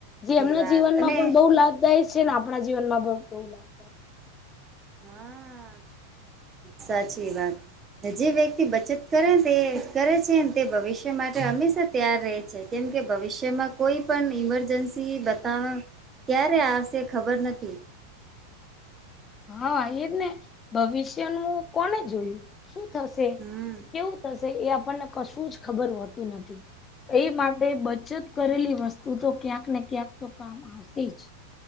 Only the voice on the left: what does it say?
જે એમના
જીવનમાં
પણ બહુ લાભદાય છે ને આપણા જીવનમાં પણ બહુ લાભ
હા એજ ને ભવિષ્ય નું કોને જોયું. શું થશે
કેવું થશે એ આપણને કશું જ ખબર હોતું નથી. એ માટે બચત કરેલી વસ્તુ તો ક્યાંકને ક્યાંક તો કામ આવશે જ.